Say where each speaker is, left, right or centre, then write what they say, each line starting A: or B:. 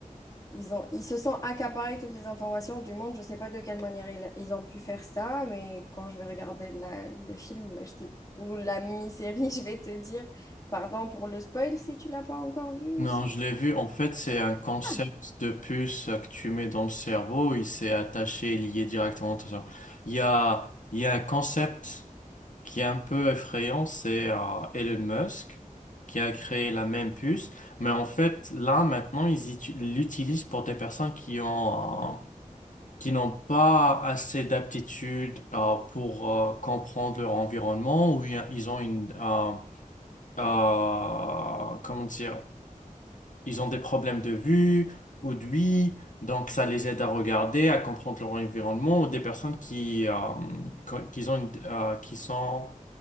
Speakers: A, on the left; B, on the left.
A: ils ont, ils se sont accaparés toutes les informations du monde. Je sais pas de quelle manière ils, ils ont pu faire ça, mais quand je vais regarder la- le film je te- ou la mini-série, <laughs> je vais te dire, pardon pour le spoil si tu l'as pas encore vu,
B: Non,
A: c'est
B: je l'ai vu. En fait, c'est un concept
A: Ah,
B: de puce euh, que tu mets dans le cerveau. Il s'est attaché, et lié directement à ça. Il y a, il y a un concept qui est un peu effrayant. C'est euh, Elon Musk qui a créé la même puce. Mais en fait, là, maintenant, ils uti- l'utilisent pour des personnes qui ont euh, qui n'ont pas assez d'aptitude euh, pour euh, comprendre leur environnement ou il ils ont une euh, euh, comment dire ils ont des problèmes de vue ou d'ouïe donc ça les aide à regarder à comprendre leur environnement ou des personnes qui euh, co- qui ont une- euh, qui sont